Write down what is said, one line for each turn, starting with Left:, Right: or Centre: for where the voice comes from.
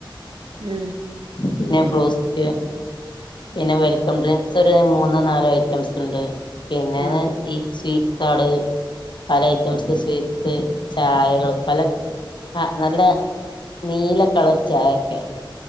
Right: ഉം
Left: പിന്നെ
Right: അത്
Left: ബ്രോസ്റ്റ്
Right: ശരി
Left: പിന്നെ
Right: ഉം
Left: വെൽ കം ഡ്രിങ്ക്സ് ഒര് മൂന്നോ നാലോ ഐറ്റംസ് ഉണ്ട് പിന്നെ
Right: ആ ആ
Left: ഈ സ്വീറ്റ്സ് സാള് പല ഐറ്റംസ് സ്വീറ്റ്സ് ചായകള് പല ആഹ് നല്ല നീലകളർ ചായക്കെ